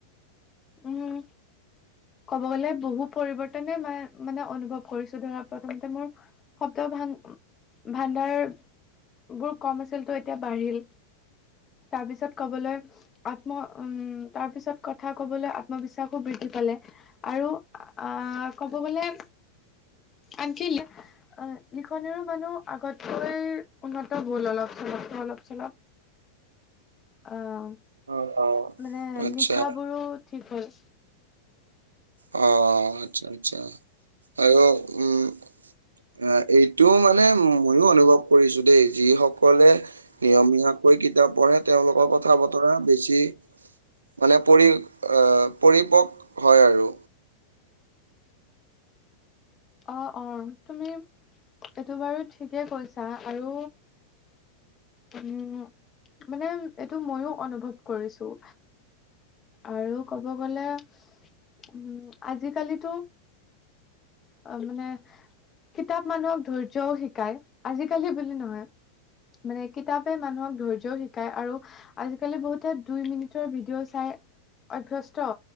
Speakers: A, on the left (about 25°); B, on the right (about 70°).
A: উম, ক'ব গ'লে বহু পৰিৱৰ্তনে মা মানে অনুভৱ কৰিছো ধৰা প্ৰথমতে মোৰ। শব্দ ভা ভাণ্ডাৰ বোৰ কম আছিল তো এতিয়া বাঢ়িল। তাৰ পিছত কবলে আত্ম উম, তাৰ পিছত কথা কবলে আত্মবিশ্বাসো বৃদ্ধি পালে। আৰু আ ক'ব গ'লে। আনকি অ, লিখনিৰো মানুহ আগতকৈ উন্নত হ'ল অলপ চলপ, অলপ চলপ।
B: <inaudible>
A: অ, মানে
B: অ আচ্ছা
A: লিখাবোৰো ঠিক হ'ল।
B: অ আচ্ছা আচ্ছা। আৰু উম। আ এইটো মানে ময়ো অনুভৱ কৰিছো দেই যিসকলে। নিয়মীয়াকৈ কিতাপ পঢ়ে তেওঁলোকক কথা বতৰা বেছি মানে পৰি আহ, পৰিপক হয় আৰু।
A: অ', অ', তুমি এইটো বাৰু ঠিকে কৈছা আৰু। উম, মানে এইটো ময়ো অনুভৱ কৰিছো। আৰু ক'ব গলে উম, আজিকালিতো অ মানে কিতাপ মানুহক ধৈৰ্যও শিকায় আজিকালি বুলি নহয়। মানে কিতাপে মানুহক ধৈৰ্যও শিকায় আৰু। আজিকালি বহুতে দুই মিনিটৰ ভিডিঅ' চাই অভ্যস্ত